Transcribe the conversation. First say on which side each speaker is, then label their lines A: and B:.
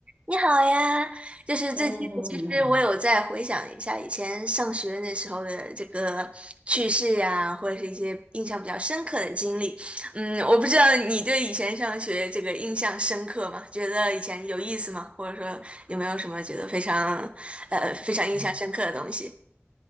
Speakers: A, on the right (about 30°); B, on the right (about 55°).
A: 你好呀，就是最近其实我有在回想一下以前上学那时候的这个趣事呀，
B: h e l l o h e l l o 你好。
A: 或者是一些印象比较深刻的经历。嗯，我不知道你对以前上学这个印象深刻吗？觉得以前有意思吗？或者说有没有什么觉得非常呃非常印象深刻的东西？
B: 嗯